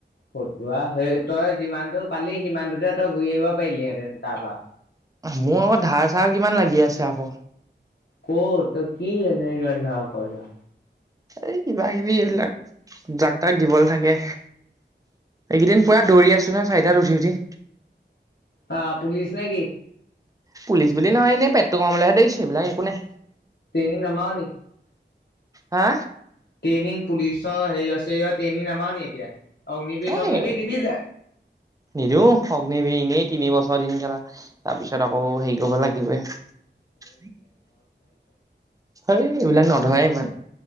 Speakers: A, on the left; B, on the right.
A: ফতুৱা সেই তই যিমানটো পালি সিমানটোতে তই ঘূৰি আহিব পাৰিলিহেঁতেন তাৰপৰা।
B: মোৰ আগত ধাৰ চাৰ কিমান লাগি আছে আকৌ।
A: ক'ত ত কি এনেই ৰন্ধা পইচা।
B: এই কিবা কিবি এইবিলাক, জাক তাক দিবলৈ থাকে। এইকেইদিন পুৱা দৌৰি আছো ন চাইিদাত উঠি উঠি।
A: আহ পুলিচ নে কি?
B: পুলিচ বুলি নহয় এনে পেট্ৰ কমলেহে দেৰিছে এইবিলাক একো নাই।
A: ি নম নেকি?
B: হা?
A: ্ৰেই পুলিচৰ হেৰি আছে ট্ৰেইনিং নামা ন নি এতিয়া? অগ্নিবীৰ
B: অ'
A: চগ্নিবীৰ দিবি নাই
B: নিদ অগ্নিব নী তিনি বছৰ দিন খেলা তাৰ পিছত আকৌ হেৰি কৰিব লাগিবে। স এইবিলাক ন নয় ইমান